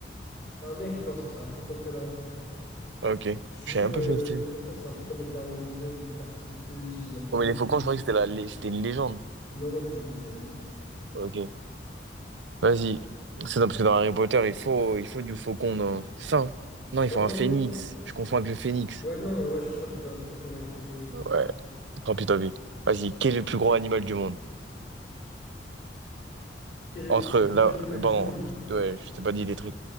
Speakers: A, on the left; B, on the right.
A: Un aigle, non, c'est un faucon pèlerin.
B: Ok.
A: Si tu
B: Je
A: veux,
B: savais même pas que ça existait.
A: euh, les faucons, c'est un peu comme les darons des aigles, ils tartinent plus, ils ont plus
B: Oh, mais les faucons,
A: une...
B: je croyais que c'était la... lé- c'était une légende.
A: Non, non, ça existe, ça existe.
B: Ok. Vas-y. C'est ça, parce que dans Harry Potter, il faut, il faut du faucon. Non. C'est ça. hein Non, il
A: Ouais,
B: faut
A: ouais,
B: un phénix.
A: ouais. Ouais,
B: Je confonds avec le phénix.
A: Ouais, non, ouais, je crois que tu dois te confondre avec le phénix.
B: Ouais. Tant pis, tant pis. Vas-y, quel est le plus gros animal du monde?
A: Quel est le
B: Entre,
A: plus gros
B: là,
A: animal du
B: pardon,
A: monde?
B: ouais, je t'ai pas dit des trucs.